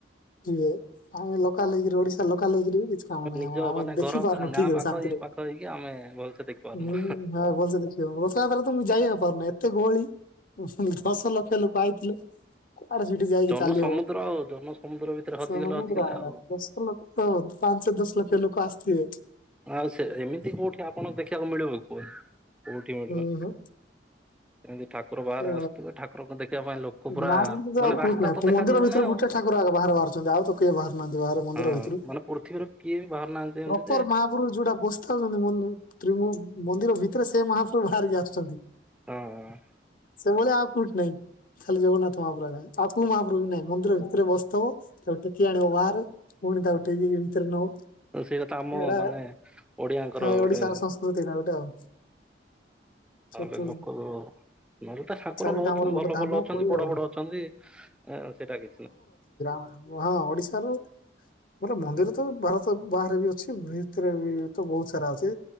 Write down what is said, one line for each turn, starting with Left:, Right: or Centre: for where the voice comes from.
Left: ଯିବେ। ଆମେ ଲୋକାଲ ହେଇକିରି ଓଡିଶା ଲୋକାଲ ହେଇକିରି। କିଛି କାମ ନାହିଁ
Centre: ନିଜ
Left: ଆମ ଆମେ
Centre: ମାନେ
Left: ଦେଖି
Centre: ଘର
Left: ପାରୁନୁ
Centre: ଗାଁ
Left: ଠିକ
Centre: ପାଖ
Left: ଶାନ୍ତିରେ
Centre: ଇଏ ପାଖ ହେଇକି ଆମେ ଭଲସେ ଦେଖିପାରୁନୁ।
Left: ହୁଁ ଆଉ ଭଲସେ ରଥଯାତ୍ରା ମୁଁ ଯାଇ ହ ପାରୁନି ଏତେ ଗହଳି ଦଶ ଲକ୍ଷ ଲୋକ ଆଇଥିଲେ। ଆରେ ସେଠି ଯାଇକି
Centre: ଜନ
Left: ଚାଲି
Centre: ସମୁଦ୍ର
Left: ହବନି
Centre: ଆଉ ଜନ ସମୁଦ୍ର ଭିତରେ ହଜିଗଲେ
Left: ସମଦ୍ର
Centre: ହଜିଗଲେ ଆଉ।
Left: ଦଶଲକ୍ଷ ପାଞ୍ଚ ଦଶ ଲକ୍ଷ ଲୋକ ଆସିଥିବେ।
Centre: ଆଉ ସେ ଏମିତି କୋଉଠି ଆପଣଙ୍କୁ ଦେଖିବାକୁ ମିଳିବ କୁହନ୍ତୁ। କୋଉଠି ମିଳିବ
Left: ହୁଁ ହୁଁ।
Centre: ଏମ୍ତିି ଠାକୁର ବାହାରେ
Left: ଅ
Centre: ଆସୁଥିବେ ଠାକୁରଙ୍କୁ ଦେଖିବା ପାଇଁ ଲୋକ ପୁରା
Left: ନାଇଁ ଏମିତି ତ
Centre: ମାନେ
Left: ଠିକ
Centre: ରାସ୍ତା
Left: ନାହିଁ।
Centre: ତ
Left: କୋଉ
Centre: ଦେଖାଯିବନି
Left: ମନ୍ଦିର ଭିତରୁ
Centre: ଆଉ।
Left: ଗୋଟେ ଠାକୁର ଆଗ ବାହାରେ ବାହାରୁଛନ୍ତି ଆଉ ତ କେହି ବାହାରୁ ନାହାନ୍ତି ବାହାରେ ମନ୍ଦିର
Centre: ହଁ
Left: ଭିତରୁ।
Centre: ମାନେ ପୃଥିବୀରୁ କିଏ ବି ବାହାରୁ ନାହାନ୍ତି
Left: ପ୍ରପର
Centre: ଏମତି ଯେ
Left: ମହାପ୍ରଭୁ ଯୋଉଟା ବସଥାଉଛନ୍ତି ମନ୍ଦ-ତ୍ରିମମ୍ ମନ୍ଦିର ଭିତରେ ସେ ମହାପ୍ରଭୁ ଭାରିକି ଆସୁଛନ୍ତି।
Centre: ହଁ
Left: ସେ ଭଳିଆ ଆଉ କୋଉଠି ନାଇଁ ଖାଲି ଜଗନ୍ନାଥ ମହାପ୍ରଭୁ ଆଜ୍ଞା। ତାକୁ ମହାପ୍ରଭୁ ନାଇଁ ମନ୍ଦିର ଭିତରେ ବସ ତ-ତାକୁ ଟେକି ଆଣିବ ବାହାରେ ପୁଣି ତାକୁ ଟେକିକି ଭିତରେ ନବ।
Centre: ହୁଁ ସେଇଟା ତ ଆମ
Left: ଏଟା
Centre: ମାନେ ଓଡିଆଙ୍କର
Left: ହଁ
Centre: ଗୋଟେ
Left: ଓଡିଶାର ସଂସ୍କୃତିଟା ଗୋଟେ ଆଉ। ଚତୁ
Centre: ତାହେଲେ ଲୋକଦର ନହେଲେ ତା ଠାକୁର
Left: ଚାରିଟା
Centre: ବହୁତ
Left: ଆମର ଗୋଟେ
Centre: ଭଲ
Left: ଧାମ
Centre: ଭଲ ଅଛନ୍ତି
Left: ପୁରୀ
Centre: ବଡ
Left: ଆଉ
Centre: ବଡ ଅଛନ୍ତି ସେଇଟା କିଛି ନା
Left: ଆ -ହଁ ଓଡିଶା ରୁ। ଗୋଟେ ମନ୍ଦିର ତ ଭାରତ ବାହାରେ ବି ଅଛି ଭିତରେ ବି ତ ବହୁତ ସାରା ଅଛି।